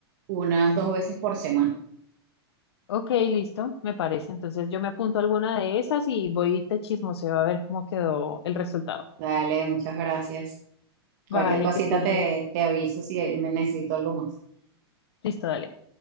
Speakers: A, on the right; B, on the left.
A: unas dos veces por semana.
B: Ok, listo, me parece. Entonces yo me apunto a alguna de esas y voy y te chismoseo a ver cómo quedó el resultado.
A: Dale, muchas gracias.
B: Vale,
A: Cualquier cosita
B: que estés
A: te,
B: bien.
A: te aviso si me necesito algo más.
B: Listo, dale.